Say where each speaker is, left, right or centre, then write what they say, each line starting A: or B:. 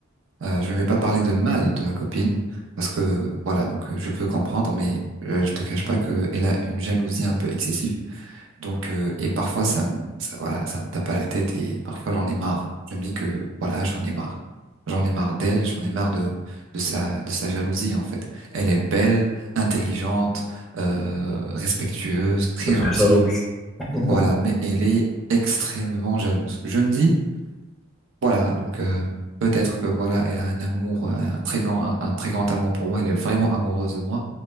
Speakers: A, on the right (about 65°); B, in the centre.
A: Euh, je ne vais pas parler de mal de ma copine parce que voilà, donc euh, je peux comprendre, mais euh, je te cache pas que elle a une jalousie un peu excessive donc, euh, et parfois, ça me, ça, voilà, ça me tape à la tête et parfois j'en ai marre. Je me dis que, voilà, j'en ai marre. J'en ai marre d'elle, j'en ai marre de, de sa, de sa jalousie, en fait. Elle est belle, intelligente, euh, respectueuse, très
B: c'est très
A: gentille.
B: jaloux. <laughs>
A: Voilà, mais elle est extrêmement jalouse. Je me dis, voilà, donc, euh, peut-être que, voilà, elle a un amour, euh, un très grand, un, un très grand amour pour moi. Elle est vraiment amoureuse de moi.